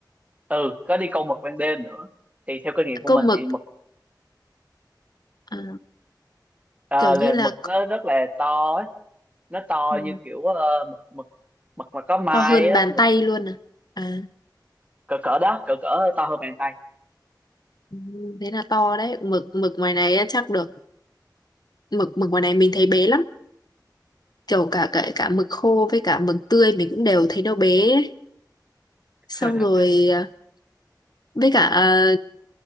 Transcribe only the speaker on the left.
Câu
mực
à,
kiểu
như là
ừ,
to hơn
bàn
tay luôn à? À,
ừ, thế là to đấy. Mực mực ngoài này chắc được. Mực mực ngoài này mình thấy bé lắm kiểu cả cả cả mực khô với cả mực tươi mình cũng đều thấy nó bé ấy.
xong rồi à, với cả à,